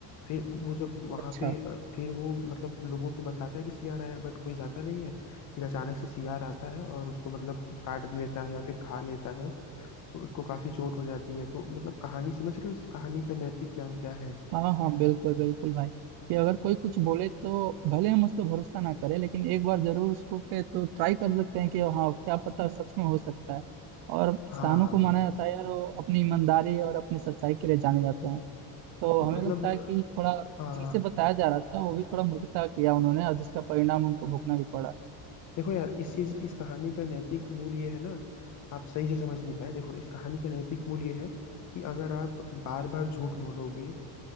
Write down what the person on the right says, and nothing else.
अच्छा
हाँ हाँ बिल्कुल बिल्कुल भाई कि अगर कोई कुछ बोले तो भले हम उस पर भरोसा ना करें लेकिन एक बार जरूर उसको पे तो ट्राई कर सकते हैं कि हाँ क्या पता सच में हो सकता है और किसानों
को माना जाता है यार वो अपनी ईमानदारी और अपनी सच्चाई के लिए जाने जाते
हैं तो
हमें
लगता है कि थोड़ा
जिनसे बताया जा रहा था वो भी थोड़ा मूर्खता किया उन्होंने और जिसका परिणाम उनको भुगतना भी पड़ा